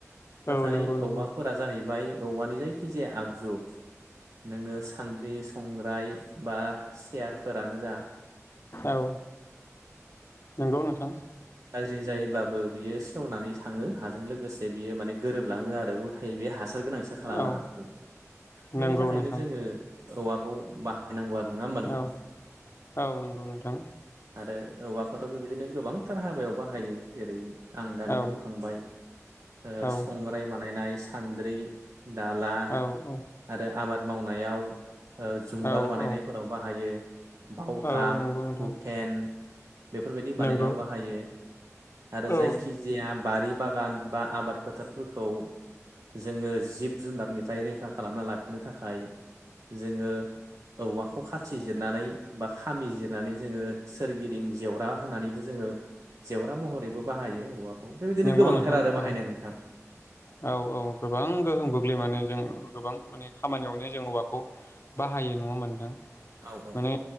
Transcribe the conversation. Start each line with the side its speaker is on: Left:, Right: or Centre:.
Right: नाथाय
Left: औ नंगौ नंगौ
Right: औवाफोरा जाहैबाय औवानि जायखिजाया आगजु नोङो सान्द्रि संग्राय बा सेयारफोरानो जा
Left: औ नंगौ नोंथां
Right: गाज्रि जायोब्लाबो बियो सेवनानै थाङो हाजों लोगोसे बियो माने गोरोबलाङो आरो उल थायै हासार गोनांसो खालामो
Left: औ
Right: हाखौ
Left: नंगौ
Right: बेनि थाखायनो
Left: नोंथां
Right: जोङो औवाखौ बाहायनांगौ आरो नङा होमबा नोंथां
Left: औ औ नंगौ नोंथां
Right: आरो औवाखौथ' बेबायदिनो गोबांथार हाबायाव बाहायो जेरै आं दानिनो
Left: औ
Right: बुंखांबाय ओ
Left: औ
Right: संग्राय बानायनाय सान्द्रि दाला
Left: औ
Right: आरो आबाद मावनायाव ओ जुंगाल
Left: औ
Right: बानायनायफोराव
Left: औ
Right: बाहायो बाव
Left: औ
Right: खा
Left: नंगौ नोंथां
Right: हुखेन बेफोरबायदि बानायनायाव
Left: नंगौ
Right: बाहायो आरो
Left: औ
Right: जायखिजाया बारि बागान बा आबाद फोथारफोरखौ जोङो जिब जुनारनिफ्राय रैखा खालामना लाखिनो थाखाय जोङो औवाखौ खाथिजिरनानै बा खामि जिरनानै जोङो सोरगिदिं जेवरा होनानैबो जोङो जेवरा महरैबो बाहायो औवा बिदिनो
Left: नंगौ
Right: गोबांथार
Left: नोंथां
Right: आरो
Left: औ
Right: बाहायनाय नोंथां
Left: औ औ गोबां गोहोम गोग्लैयो माने जों गोबां माने खामानियावनो जों औवाखौ बाहायो नङा होनबा नोंथां
Right: औ औ
Left: माने